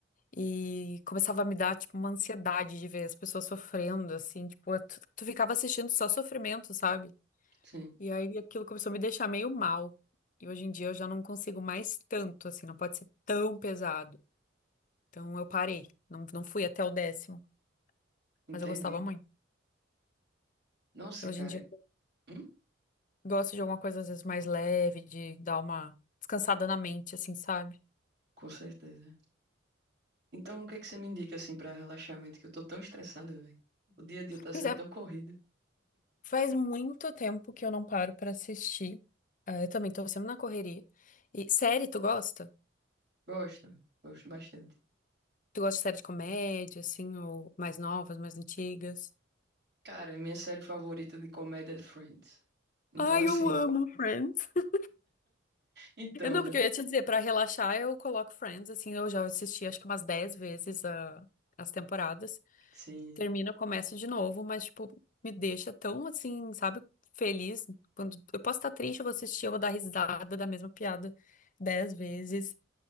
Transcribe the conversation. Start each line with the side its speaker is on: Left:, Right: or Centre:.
Left: E começava a me dar, tipo, uma ansiedade de ver as pessoas sofrendo, assim, tipo, tu, tu ficava assistindo só sofrimento, sabe?
Right: sim.
Left: E aí aquilo começou a me deixar meio mal. E hoje em dia eu já não consigo mais tanto, assim, não pode ser tão pesado. Então eu parei, não, não fui até o décimo,
Right: Entende?
Left: mas eu gostava muito.
Right: Nossa,
Left: E Hoje
Right: cara.
Left: em dia
Right: Hum?
Left: Gosto de alguma coisa, às vezes, mais leve, de dar uma descansada na mente, assim, sabe?
Right: Com certeza. Então, o que é que você me indica assim pra relaxamento Que eu tô tão estressada, velho. O dia a dia tá sendo
Left: Pois é,
Right: tão corrido.
Left: faz muito tempo que eu não paro pra assistir. Eh, eu também tô sempre na correria. E série, tu gosta?
Right: Gosto, gosto bastante.
Left: Tu gosta de série de comédia, assim, ou mais novas, mais antigas?
Right: Cara, é minha série favorita de comédia é Friends. Então,
Left: Ai,
Right: assim.
Left: eu amo
Right: <laughs>
Left: Friends. <laughs>
Right: Então,
Left: Eu não,
Right: né?
Left: porque eu ia te dizer, pra relaxar eu coloco Friends, assim, eu já assisti acho que umas 10 vezes a- as temporadas.
Right: Sim.
Left: termina, começa de novo, mas, tipo, me deixa tão assim, sabe, feliz. Quando eu posso estar triste, eu vou assistir, eu vou dar risada da mesma piada dez vezes.